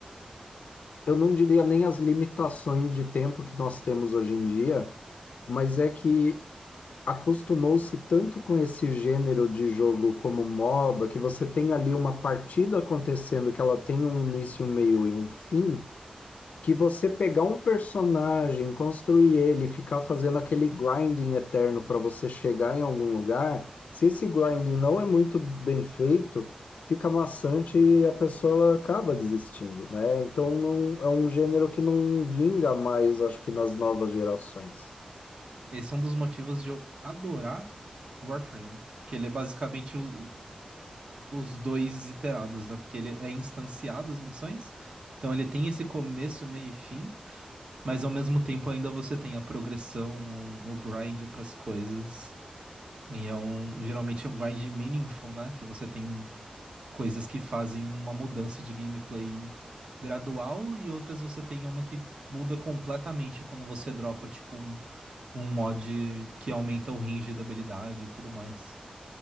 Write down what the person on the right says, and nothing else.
Esse é um dos motivos de eu adorar o Warframe. Porque ele é basicamente o- os dois iterados, né? Porque ele é instanciado as missões. Então ele tem esse começo, meio e fim. Mas ao mesmo tempo ainda você tem a progressão, o grind pras coisas. E é um, geralmente é um grind meaningful, né? Que você tem coisas que fazem uma mudança de gameplay gradual e outras você tem uma que muda completamente quando você dropa, tipo, um, um mod que aumenta o range da habilidade e tudo mais.